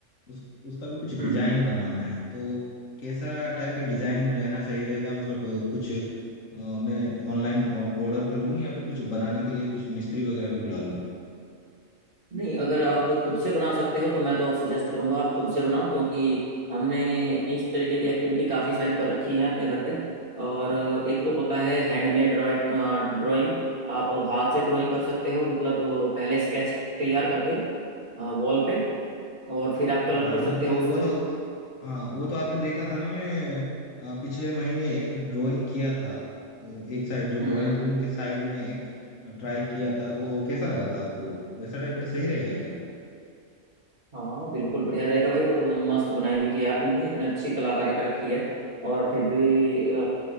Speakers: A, on the left; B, on the right.
A: उस उसका भी कुछ
B: हम्म
A: डिजाइन
B: हम्म
A: बनाना है तो कैसा टाइप का डिजाइन रहना सही रहेगा मतलब अ, कुछ अ, मैं ऑनलाइन ऑर्डर कर लूँ या फिर कुछ बनाने के लिए कुछ मिस्त्री वगैरह को बुला लूँ
B: नहीं अगर आप खुद से बना सकते हो तो मैं तो सजेस्ट करूंगा आप खुद से बनाओ क्योंकि हमने इस तरीके की एक्टिविटी काफ़ी सारी कर रखी है अपने घर पे और एक तो होता है हैंडमेड ड्राइंग आप हाथ से ड्राइंग कर सकते हो मतलब पहले स्केच तैयार करके वॉल पे और फिर आप
A: हाँ
B: कलर
A: हाँ
B: कर
A: वो
B: सकते हो
A: तो
B: उसमें
A: वो तो हाँ वो तो आपने देखा था ना मैं आ, पिछले महीने एक ड्राइंग किया था उम, एक साइड जो
B: हम्म
A: ड्राइंग रूम के साइड में एक ट्राई किया था वो कैसा लगा था आपको वैसा टाइप का सही रहेगा क्या
B: हाँ बिल्कुल बढ़िया रहेगा भाई वो तो म- मस्त बनाई हुई थी यार तुमने इतने अच्छी कलाकारी कर रखी है और फिर भी अ,